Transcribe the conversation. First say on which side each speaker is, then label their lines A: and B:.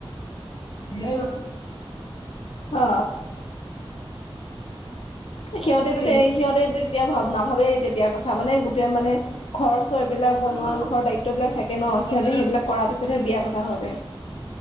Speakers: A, on the left; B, on the left.
A: বিয়াই উম।
B: অ। সিহঁতে
A: সেই
B: টো এই সিহঁতে তেতিয়া ভ নাভাবে তেতিয়া কথা মানে, গোটেই মানে ঘৰচ এইবিলাক বনোৱা
A: নহয়
B: ঘৰৰ দায়িত্ববিলাক থাকে কে ন।
A: তাৰমানে
B: সিহঁতে সেইবিলাক কৰাৰ পিছতহে বিয়া কথা ভাবে।